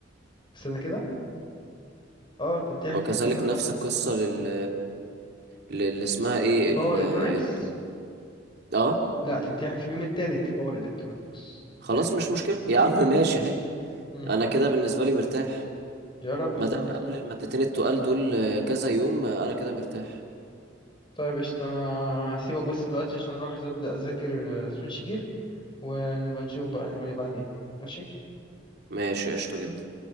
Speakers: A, on the left; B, on the right.
A: استنى كده اه تمتحن
B: وكذلك
A: في اليوم الرابع
B: نفس القصة لل اللي اسمها ايه
A: باور
B: ال
A: الكترونكس
B: ال اه
A: لا تمتحن في اليوم التالت باور الكترونكس امتحن
B: خلاص
A: في-
B: مش مشكلة يا عم <laughs> ماشي حلو
A: مم، مم.
B: انا كده بالنسبة لي مرتاح
A: يا رب
B: ما
A: يبقى
B: دام
A: مرتاح
B: قبل المادتين التقال دول كذا يوم انا كده مرتاح
A: طيب قشطة أنا هسيبك بس دلوقتي عشان أروح أبدأ أذاكر سويتش جير ونبقى نشوف بقى نعمل إيه بعدين ماشي
B: ماشي قشطة جدا